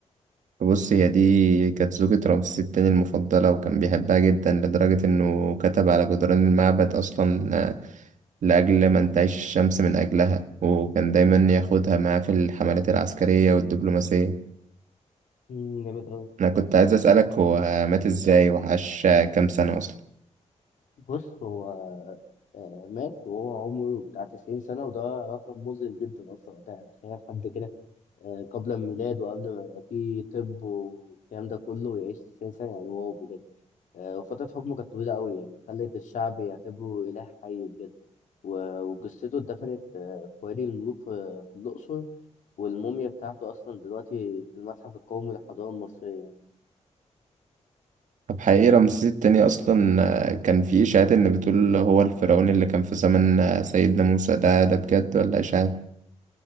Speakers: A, on the right; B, on the left.
A: بص هي دي كانت زوجة رمسيس التاني المفضلة وكان بيحبها جدا لدرجة إنه كتب على جدران المعبد أصلا آه، لأجل ما انتعش الشمس من أجلها وكان دايما ياخدها معاه في الحملات العسكرية والدبلوماسية
B: امم جامد أوي
A: أنا كنت عايز أسألك هو مات إزاي وعاش كام سنة أصلا
B: بص هو آه، مات وهو عمره بتاع 90 سنة وده رقم مذهل جدا أصلا وقتها يعني تخيل حد كده آه، قبل الميلاد وقبل ما يبقى فيه طب والكلام ده كله يعيش 90 سنة يعني واو بجد آه، وفترة حكمه كانت طويلة أوي يعني خلت الشعب يعتبره إله حي بجد و- وجثته اتدفنت آه، في وادي الملوك في في الأقصر والموميا بتاعته أصلا دلوقتي في المتحف القومي للحضارة المصرية
A: طب حقيقي رمسيس التاني أصلا آه، كان في إشاعات إن بتقول هو الفرعون اللي كان في زمن آه، سيدنا موسى ده ده بجد ولا إشاعات